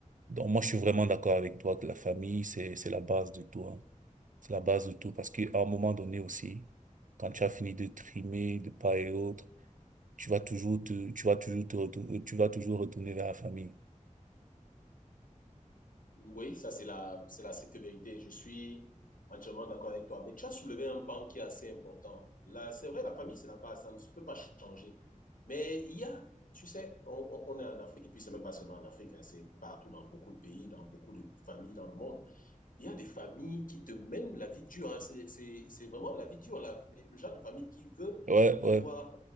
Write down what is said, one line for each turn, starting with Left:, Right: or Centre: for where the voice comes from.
Right: Donc moi je suis vraiment d'accord avec toi que la famille c'est c'est la base de tout, hein. C'est la base de tout parce qu'à un moment donné aussi, quand tu as fini de trimer de part et autre tu vas toujours te, tu vas toujours te retour- euh, tu vas toujours retourner vers la famille.
Left: Oui, ça c'est la, c'est la stricte vérité. Je suis entièrement d'accord avec toi. Mais tu as soulevé un pan qui est assez important. Là, c'est vrai, la famille, c'est la base, ça ne peut pas changer. Mais il y a, tu sais, on, on- on est en Afrique, et puis c'est même pas seulement en Afrique, hein, c'est partout dans beaucoup de pays, dans beaucoup de familles dans le monde il y a des familles qui te mènent la vie dure. hein. C'est, c'est- c'est vraiment la vie dure, la- le genre de famille qui veut
Right: Ouais,
Left: te
Right: ouais,
Left: voir